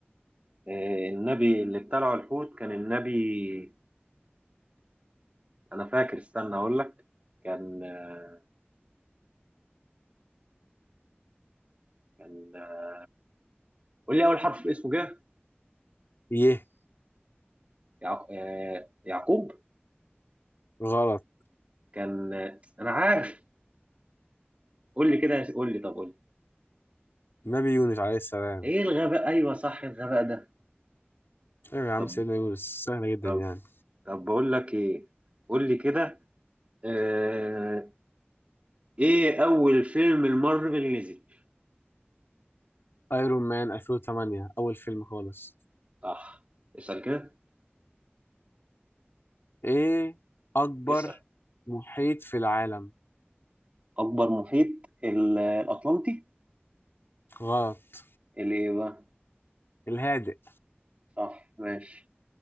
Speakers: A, on the right (about 35°); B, on the left (about 65°).
A: آه النبي اللي ابتلعه الحوت كان النبي انا فاكر استنى اقول لك كان آه، كان آه، قول لي اول حرف في اسمه كده
B: ايه
A: يعق... آه، يعقوب
B: غلط
A: كان آه، انا عارف قول لي كده قول لي طب قول لي
B: نبي يونس عليه السلام
A: ايه الغباء ايوه صح الغباء ده
B: ايوه يا عم
A: طب
B: سيدنا يونس سهلة جدا
A: طب
B: يعني
A: طب بقول لك ايه قول لي كده آه... ايه اول فيلم المارفل نزل
B: ايرون مان 2008 اول فيلم خالص
A: صح اسال كده
B: ايه اكبر
A: اسال
B: محيط في العالم
A: اكبر محيط ال- الاطلنطي
B: غلط
A: اللي ايه بقى
B: الهادئ
A: صح ماشي